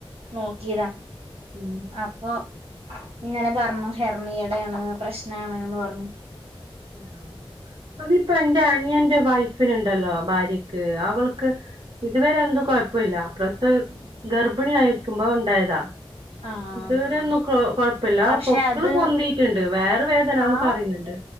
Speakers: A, on the right; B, on the right.
A: നോക്കിയതാ
B: ഉം
A: അപ്പൊ ങ്ങനെ പർ ന്ന് ഹെർണിയടെയാണ് പ്രശ്നാണ്ന്ന് പർഞ്ഞു
B: അ അതിപ്പോ എന്റെ അനിയ ന്റെ വൈ ഫ്നു ണ്ടല്ലോ
A: ഉം
B: ഭാര്യയ്ക്ക് അവൾ ക്ക് ഇതുവരെ എന്തൊ കൊ കുഴപ്പില്ല പ്രസ ഗർബിണി ആയിരിക്കുമ്പോ ഉണ്ടായതാ
A: ആഹ്
B: ഇതുവരെന്നും കൊഴപ്പില്ല
A: പക്ഷെ
B: പൊക്കള്
A: അത്
B: പൊന്തീട്ടുണ്ട് വേറെ വേദനന്ന്
A: ആ
B: പറയുന്നുണ്ട്